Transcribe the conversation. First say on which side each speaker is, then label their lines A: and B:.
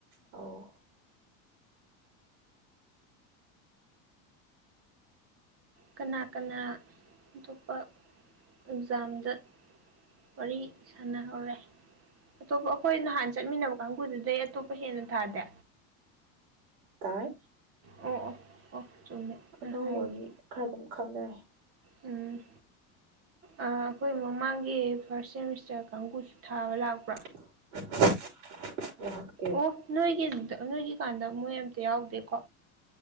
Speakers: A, on the right (about 85°); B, on the right (about 35°).
A: ꯑꯣ
B: ꯀꯅꯥ ꯀꯅꯥ ꯑꯇꯣꯞꯄ ꯑꯦꯛꯖꯥꯝꯗ ꯋꯥꯔꯤ ꯁꯥꯟꯅꯍꯧꯔꯦ ꯑꯇꯣꯞꯄ ꯑꯩꯈꯣꯢ ꯅꯍꯥꯟ ꯆꯠꯃꯤꯟꯅꯕ ꯀꯥꯡꯕꯨꯗꯨꯗꯩ ꯑꯇꯣꯞꯄ ꯍꯦꯟꯅ ꯊꯥꯗꯦ
A: ꯇꯥꯢ
B: ꯑꯣ ꯑꯣ ꯑꯣ ꯆꯨꯝꯃꯦ
A: ꯑꯅꯧꯕ
B: ꯅꯪ ꯍꯥꯢꯗꯦ
A: ꯃꯤ ꯈꯔ ꯑꯗꯨꯝ ꯈꯪꯅꯔꯦ
B: ꯎꯝ ꯑꯥ ꯑꯈꯣꯢ ꯃꯃꯥꯡꯒꯤ ꯐꯥꯔꯁ ꯁꯦꯃꯤꯁꯇꯔ ꯀꯥꯡꯕꯨꯁꯨ ꯊꯥꯕ ꯂꯥꯛꯄ꯭ꯔꯥ
A: <unintelligible>
B: ꯑꯣ ꯅꯣꯢꯒꯤ ꯑꯗꯨꯗ ꯅꯣꯢꯒꯤꯀꯥꯟꯗ ꯃꯣꯢ ꯑꯝꯇ ꯌꯥꯎꯗꯦꯀꯣ